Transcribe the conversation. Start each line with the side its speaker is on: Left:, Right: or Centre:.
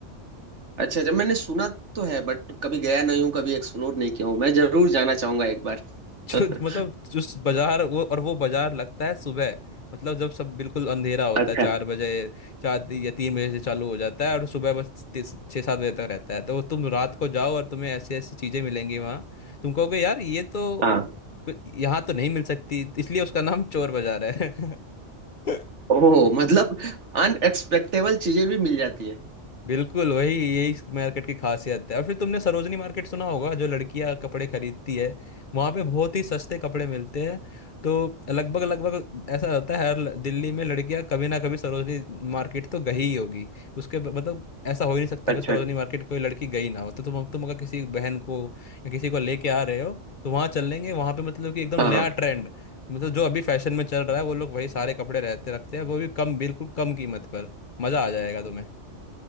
Right: अच्छा अच्छा मैंने सुना तो है बट कभी गया नहीं हूँ कभी एक्सप्लोर नहीं किया हूँ मैं जरूर जाना चाहूंगा एक बार
Left: जो
Right: <laughs>
Left: मतलब उस बाजार वो और वो बाजार लगता है सुबह मतलब जब सब बिल्कुल अंधेरा होता
Right: अच्छा
Left: है चार बजे चार या तीन बजे से चालू हो जाता है और सुबह बस ति- छः सात बजे तक रहता है तो तुम रात को जाओ और तुम्हें ऐसी ऐसी चीज़ें मिलेंगी वहाँ तुम कहोगे यार ये तो
Right: हाँ
Left: कु- यहाँ तो नहीं मिल सकती इसलिए उसका नाम चोर बाजार है <laughs>
Right: ओह मतलब अनएक्सपेक्टेबल चीजें भी मिल जाती हैं
Left: बिल्कुल वही यही इस मार्केट की खासियत है और फिर तुमने सरोजनी मार्केट सुना होगा जो लड़कियां कपड़े खरीदती है वहां पे बहुत ही सस्ते कपड़े मिलते हैं तो लगभग लगभग ऐसा होता है हर ल- दिल्ली में लड़कियां कभी ना कभी सरोजनी मार्केट तो गई ही होगी उसके ब- मतलब ऐसा हो ही नहीं सकता
Right: अच्छा
Left: कि सरोजनी मार्केट कोई लड़की गई ना हो तो तुम तुम अगर किसी बहन को या किसी को लेके आ रहे हो तो वहां चलेंगे वहां पे मतलब कि एकदम
Right: हाँ हाँ
Left: नया ट्रेंड मतलब जो अभी फैशन में चल रहा है वो लोग वही सारे कपड़े रहते रखते हैं वो भी कम बिल्कुल कम कीमत पर मजा आ जाएगा तुम्हें